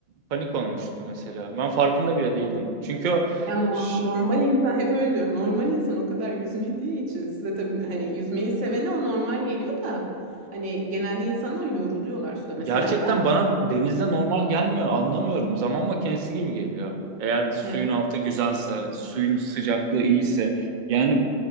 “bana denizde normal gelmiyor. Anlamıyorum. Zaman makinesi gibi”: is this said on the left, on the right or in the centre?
Right